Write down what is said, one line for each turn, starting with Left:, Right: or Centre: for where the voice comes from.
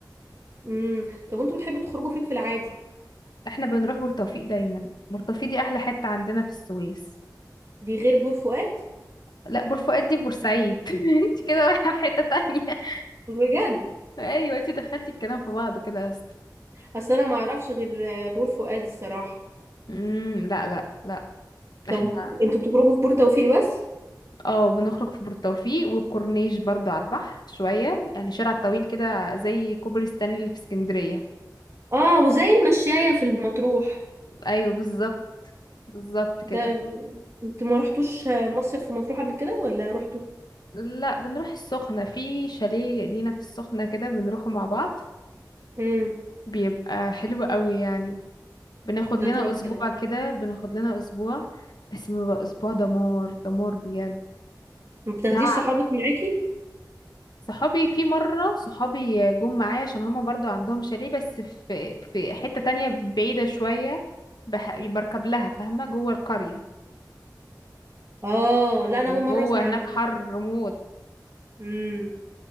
Right: امم طب وانتوا بتحبوا تخرجوا فين في العادي
Left: احنا بنروح بورتوفيق دايما بورتوفيق دي احلى حتة عندنا في السويس
Right: دي غير بور فؤاد
Left: لا بورفؤاد دي في بورسعيد <laughs> انت كده رايحة في حتة تانية
Right: بجد
Left: <laughs> ايوه انت دخلتي الكلام في بعضه كده يا اسطى
Right: اصل انا ما اعرفش غير آه، بور فؤاد الصراحة
Left: امم لا لا لا
Right: طب
Left: احنا
Right: انتوا بتخرجوا في بور توفيق بس
Left: اه بنخرج في بورتوفيق والكورنيش برضو على البحر شوية يعني شارع طويل كده زي كوبري ستانلي اللي في اسكندرية
Right: اه وزي المشاية في المطروح
Left: ايوه بالظبط بالظبط
Right: ده
Left: كده
Right: انتوا ما رحتوش آه، مصيف في مطروح قبل كده ولا رحتوا
Left: لا بنروح السخنة في شاليه لينا في السخنة كده بنروحه مع بعض
Right: امم
Left: بيبقى حلو قوي يعني بناخد
Right: ده
Left: لنا
Right: تحفة
Left: <laughs> أسبوع
Right: ده
Left: كده بناخد لنا أسبوع بس بيبقى أسبوع دمار دمار بجد
Right: ما بتاخديش
Left: تعب
Right: صحابك معاكي
Left: صحابي في مرة صحابي جم معايا عشان هما برضو عندهم شاليه بس في في حتة تانية بعيدة شوية بح... بركب لها فاهمة جوه القرية
Right: اه لا انا اول مره
Left: جوه
Right: اسمع
Left: هناك
Right: الموضوع
Left: حر
Right: ده
Left: موت
Right: امم